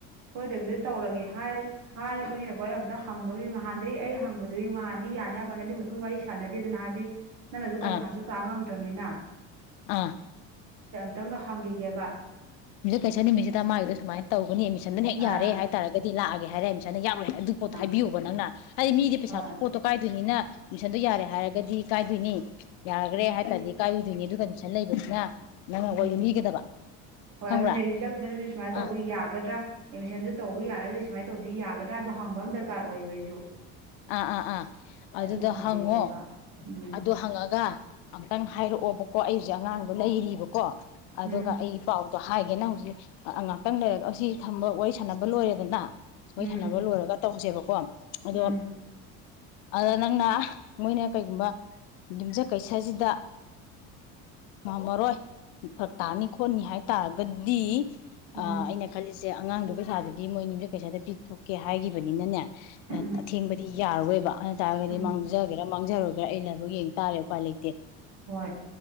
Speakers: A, on the right (about 55°); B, on the left (about 75°).
A: ꯁꯣꯏꯗꯕꯤꯗ ꯇꯧꯔꯒꯦ ꯍꯥꯏꯔ ꯍꯥꯏꯔꯕꯅꯤꯅꯀꯣ ꯑꯩ ꯑꯝꯇ ꯍꯪꯕ ꯃꯗꯤ ꯅꯍꯥꯟꯗꯩ ꯑꯩ ꯍꯪꯕꯗꯨꯗꯤ ꯃꯉꯥꯟꯗꯤ ꯌꯥꯅꯤ ꯍꯥꯏꯕ꯭ꯋꯥꯅꯤ ꯑꯗꯨꯒꯤ ꯃꯇꯨꯡ ꯒꯥꯔꯤ ꯁꯥꯟꯅꯗꯦꯗꯅ ꯍꯥꯏꯕꯗꯤ ꯅꯪꯅꯁꯨ ꯀꯟꯐꯥꯝꯗꯨ
B: ꯑꯥ
A: ꯇꯥ ꯉꯝ ꯇ ꯅꯤꯅ
B: ꯑꯥ
A: ꯈꯤꯇꯪꯒ ꯍꯥꯡꯒꯤꯒꯦꯕ
B: ꯌꯨꯝꯖꯀꯩꯁ ꯅꯨꯃꯤꯠꯁꯤꯗ ꯃꯥꯒꯤꯗꯣ ꯁꯨꯃꯥꯏꯅ ꯇꯧꯒꯅꯤꯃꯤ ꯁꯟ ꯗꯨꯅ ꯍꯦꯛ ꯌꯥꯔꯦ
A: ꯑꯥ
B: ꯍꯥꯏꯇꯥꯔꯒꯗꯤ ꯂꯥꯛꯑꯒꯦ ꯍꯥꯏꯔꯦ ꯀꯩꯅ ꯌꯥꯔꯣꯏ ꯍꯥꯏ ꯑꯗꯨ ꯄꯣꯠꯇꯣ
A: ꯑꯥ
B: ꯍꯥꯏꯕꯤꯌꯣꯕ ꯅꯪꯅ ꯍꯥꯏꯗꯤ ꯃꯤꯗꯤ ꯄꯩꯁꯥ
A: ꯍꯣꯏ
B: ꯄꯣꯠꯇꯣ ꯀꯥꯏꯗꯣꯏꯅꯤꯅ ꯃꯤꯁꯟꯗꯣ ꯌꯥꯔꯦ ꯍꯥꯏꯔꯒꯗꯤ ꯀꯥꯏꯗꯣꯏꯅꯤ ꯌꯥꯒ꯭ꯔꯦ
A: ꯎꯝ
B: ꯍꯥꯏ ꯇꯥꯗꯤ ꯀꯥꯏꯔꯣꯏꯗꯨꯏꯅꯦ ꯑꯗꯨꯒ ꯀꯟꯗꯤꯁꯟ ꯂꯩꯕꯅꯤꯅ ꯅꯪꯅ
A: ꯎꯝ
B: ꯋꯥꯔꯤꯗꯣ ꯂꯤꯒꯗꯕ
A: ꯍꯣꯏ
B: ꯈꯪꯕ꯭ꯔꯥ
A: ꯑꯗꯨꯅꯦ ꯌꯨꯝꯖꯀꯩꯁ ꯅꯨꯃꯤꯠꯁꯦ ꯁꯨꯃꯥꯏꯅ ꯇꯧꯕ
B: ꯑꯥ
A: ꯌꯥꯒꯗ꯭ꯔꯥ ꯑꯦꯗꯃꯤꯁꯟꯗꯨ ꯇꯧꯕ ꯌꯥꯔꯒꯗꯤ ꯁꯨꯃꯥꯏ ꯇꯧꯁꯤ ꯌꯥꯒꯗ꯭ꯔꯥ ꯍꯥꯏꯕꯗꯨ ꯍꯪꯕ ꯑꯃ ꯗꯔꯀꯥꯔ ꯑꯣꯏꯕ ꯑꯩꯁꯨ
B: ꯑꯥ ꯑꯥ ꯑꯥ ꯑꯗꯨꯗꯣ
A: ꯑꯗꯨ ꯍꯪꯈꯤꯒꯦꯕ
B: ꯍꯪꯉꯣ
A: ꯎꯝ
B: ꯑꯗꯨ ꯍꯪꯉꯒ ꯑꯝꯛꯇꯪ ꯍꯥꯏꯔꯛꯑꯣꯕ ꯀꯣ ꯑꯩ ꯍꯧꯖꯤꯦ ꯑꯉꯥꯡꯗꯣ ꯂꯩꯔꯤꯕꯀꯣ ꯑꯗꯨꯒ
A: ꯎꯝ
B: ꯑꯩ ꯄꯥꯎ ꯗꯣꯍꯥꯏꯒꯦ ꯅꯪ ꯍꯧꯖꯤꯛ ꯉꯥꯛꯇꯪ ꯂꯩꯔꯒ ꯑꯁꯤ ꯊꯝꯕ ꯋꯥꯔꯤ ꯁꯥꯟꯅꯕ ꯂꯣꯏꯔꯦꯗꯅ ꯃꯣꯏ
A: ꯎꯝ
B: ꯁꯥꯟꯅꯕ ꯂꯣꯏꯔꯒ ꯇꯧꯁꯦꯕꯀꯣ ꯑꯗꯣ
A: ꯎꯝ
B: ꯑꯗ ꯅꯪꯅ ꯃꯣꯏꯅ ꯀꯩꯒꯨꯝꯕ ꯌꯨꯝꯁꯥꯀꯩꯁꯥꯁꯤꯗ ꯉꯝꯃꯔꯣꯏ ꯐꯔꯛ ꯇꯥꯅꯤ ꯈꯣꯠꯅꯤ ꯍꯥꯏ ꯇꯥꯔꯒꯗꯤ
A: ꯎꯝ
B: ꯑꯥ ꯑꯩꯅ ꯈꯜꯂꯤꯁ ꯁꯦ ꯑꯉꯥꯡꯗꯨ ꯄꯩꯁꯥꯗꯨꯗꯤ ꯃꯣꯏ ꯌꯨꯝꯁꯥꯀꯩꯁꯥꯗ ꯄꯤꯊꯣꯛꯀꯦ ꯍꯥꯏꯈꯤꯕꯅꯤꯅꯅꯦ
A: ꯎꯝ
B: ꯑꯥ ꯊꯦꯡꯕ ꯗꯤ ꯌꯥꯔꯔꯣꯏꯕ ꯑꯗꯨ ꯇꯥꯔꯒꯗꯤ
A: ꯎꯝ
B: ꯃꯥꯡꯖꯒꯦꯔꯥ ꯃꯥꯡꯖꯔꯣꯏꯒꯦꯔꯥ ꯑꯩ ꯂꯥꯏꯕꯛ ꯌꯦꯡ ꯇꯥꯔꯦ ꯎꯄꯥꯏ ꯂꯩ
A: ꯍꯣꯏ